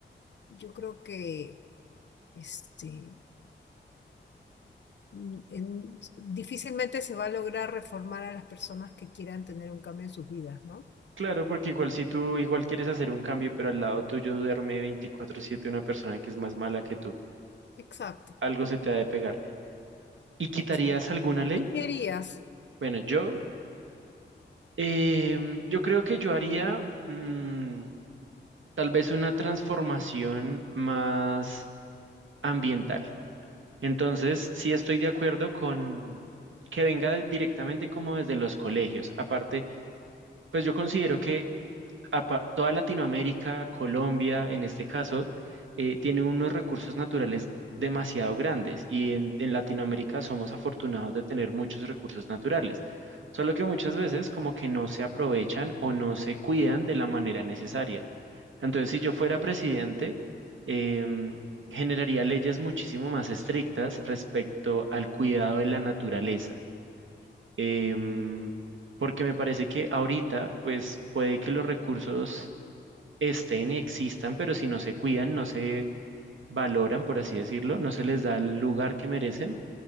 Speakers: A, on the left; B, on the right.
A: yo creo que este, mm, en- difícilmente se va a lograr reformar a las personas que quieran tener un cambio en sus vidas, ¿no?
B: claro, porque igual si tú igual quieres hacer un cambio, pero al lado tuyo duerme 24/7 una persona que es más mala que tú,
A: Exacto,
B: algo se te ha de pegar. ¿Y quitarías
A: exacto.
B: alguna
A: ¿Y
B: ley?
A: tú qué harías?
B: Bueno, yo, em, yo creo que yo haría mm, tal vez una transformación más ambiental. Entonces, sí estoy de acuerdo con que venga directamente como desde los colegios. Aparte, pues yo considero que apa- toda Latinoamérica, Colombia en este caso, eh, tiene unos recursos naturales demasiado grandes y en, en Latinoamérica somos afortunados de tener muchos recursos naturales, solo que muchas veces como que no se aprovechan o no se cuidan de la manera necesaria. Entonces, si yo fuera presidente, em, generaría leyes muchísimo más estrictas respecto al cuidado de la naturaleza. Em, porque me parece que ahorita, pues puede que los recursos estén y existan, pero si no se cuidan, no se valoran, por así decirlo, no se les da el lugar que merecen,